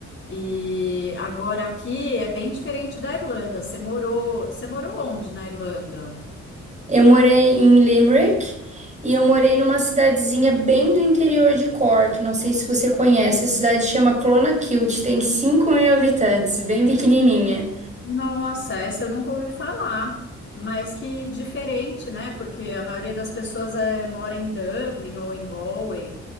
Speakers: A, on the left; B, on the right.
A: E agora aqui é bem diferente da Irlanda. Você morou, você morou onde na Irlanda?
B: Eu morei em Limerick e eu morei numa cidadezinha bem do interior de Cork. Não sei se você conhece, a cidade chama Clonakilty, tem cinco mil habitantes, bem pequenininha.
A: Nossa, essa eu nunca ouvi falar, mas que diferente, né? Porque a maioria das pessoas eh, mora em Dublin ou em Galway,